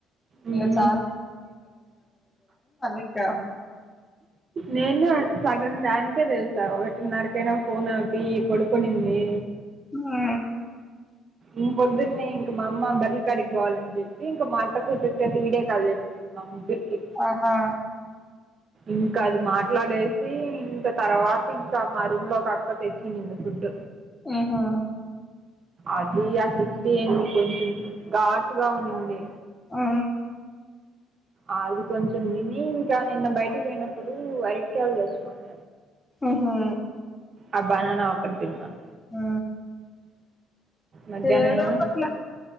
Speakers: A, on the right (about 40°); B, on the left (about 15°).
A: ఉమ్,
B: ఇంకా చాల <unintelligible>
A: నేను సగమ్ దానికే తెలుసా ఒకటిన్నరకైనా ఫోన్ ఆపి పడుకునింది
B: ఆ
A: ఇం పొద్దున్నే ఇంక మా అమ్ బర్రలికాడికి పోవాలని చెప్పి ఇంకా మా అంత కూచ్చేతే వీడియో కాల్ చే మ ముగ్గురకి
B: ఆహా
A: ఇంకా అది మాట్లాడేసి ఇంక తర్వాత ఇంక మా రూమ్ లో ఒక అక్క తెచ్చినింది ఫుడ్
B: ఆహా
A: అది <unintelligible> ఏంటి కొంచెం ఘాటుగా ఉండింది
B: ఆ
A: అది కొంచెం తిని ఇంకా నిన్న బయటికి పోయినప్పుడు అరటికాయలు వేసుకోంది
B: ఆహా
A: ఆ బనానా ఒకటి తిన్నాను
B: ఆ
A: మధ్యాహ్నం
B: ఏదో ఒకట్లా